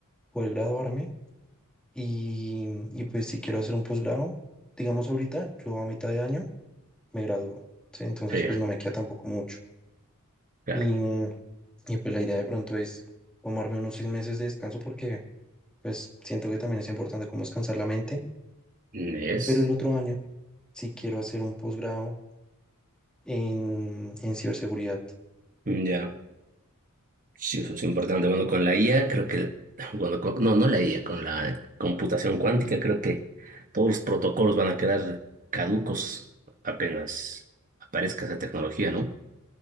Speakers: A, in the centre; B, on the right.
A: poder graduarme y, y, pues si quiero hacer un posgrado, digamos ahorita, yo a mitad de año me gradúo, ¿sí? Entonces,
B: Sí,
A: pues no me queda tampoco mucho.
B: claro.
A: Y, y pues la idea de pronto es tomarme unos seis meses de descanso porque pues siento que también es importante como descansar la mente,
B: Es.
A: pero el otro año sí quiero hacer un posgrado en, en ciberseguridad.
B: Mm, Ya, sí, eso es importante. Bueno, con la IA creo que, <laughs> bueno, con- no, no la IA, con la computación cuántica creo que todos los protocolos van a quedar caducos apenas aparezca esa tecnología, ¿no?